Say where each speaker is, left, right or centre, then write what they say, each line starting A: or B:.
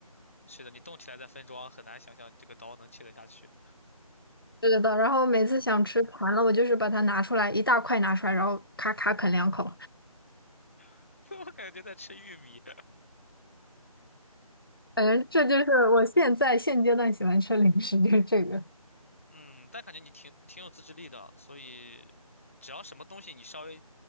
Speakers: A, on the left; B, on the left.
A: 是的，你动起来再分装，很难想象你这个刀能切得下去。
B: 是的，然后每次想吃馋了，我就是把它拿出来一大块拿出来，然后咔咔啃两口。
A: <laughs> 我感觉在吃玉米。
B: 反正这就是我现在现阶段喜欢吃零食，就是这个。
A: 嗯，但感觉你挺挺有自制力的，所以只要什么东西你稍微